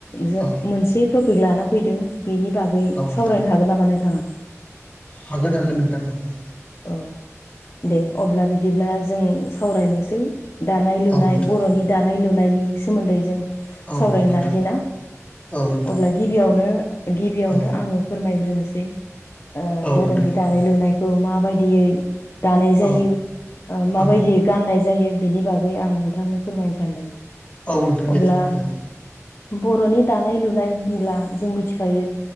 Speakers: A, on the left; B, on the left.
A: ज
B: औ
A: मोनसे टपिक लाना फैदों बेनि बागै बै
B: नोंथां
A: सावरायनो हागोन नामा नोंथाङा
B: हागोन हागोन नोंथांमोनखौ
A: औ दे अब्ला बिदिब्ला जों सावरायनोसै दानाय लुनाय
B: औ नोंथां
A: बर'नि दानाय लुनायनि सोमोन्दै जों
B: औ
A: सावरायनो
B: नोंथां
A: लानोसै ना
B: औ नोंथां
A: अब्ला गिबियावनो गिबियावनो
B: औ
A: आङो फोरमायग्रोनोसै
B: औ
A: बर'नि
B: नोंथां
A: दानाय
B: औ
A: लुनायखौ माबायदियै दानाय जायो
B: औ
A: माबायदियै
B: औ
A: गाननाय जायो बिनि बागै आं नोंथांनो फोरमायनो सानदों
B: औ नोंथां
A: अब्ला
B: दे फोरमायना होदो
A: बर'नि दानाय लुनाय होनब्ला जों मिथिखायो